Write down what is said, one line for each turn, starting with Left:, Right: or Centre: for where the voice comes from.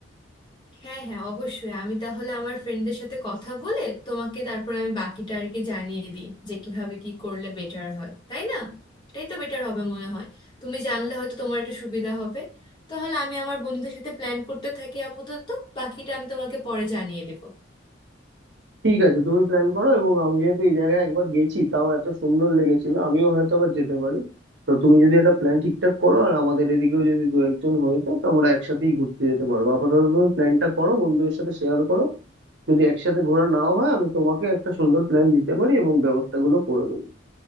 Left: হ্যাঁ হ্যাঁ অবশ্যই আমি তাহলে আমার ফ্রেন্ডদের সাথে কথা বলে তোমাকে তারপরে আমি বাকিটা আর কি জানিয়ে দিই যে কিভাবে কি করলে বেটার হয় তাই না এটাই তো বেটার হবে মনে হয় তুমি জানলে হয়তো তোমার একটু সুবিধা হবে তাহলে আমি আমার বন্ধুদের সাথে প্ল্যান করতে থাকি আপাতত বাকিটা আমি তোমাকে পরে জানিয়ে দিব
Right: ঠিক আছে তুমি প্ল্যান করো এবং আমি যেহেতু এই জায়গায় একবার গেছি তাও এত সুন্দর লেগেছিল আমিও হয়তো আবার যেতে পারি তো তুমি যদি একটা প্ল্যান ঠিকঠাক করো আর আমাদের এদিকেও যদি দু একজন হয়ে তো তো আমরা একসাথেই ঘুরতে যেতে পারবো আপাতত তুমি প্ল্যানটা করো বন্ধুদের সাথে শেয়ার করো যদি একসাথে ঘোরা নাও হয় আমি তোমাকে একটা সুন্দর প্ল্যান দিতে পারি এবং ব্যবস্থাগুলো করে দেবো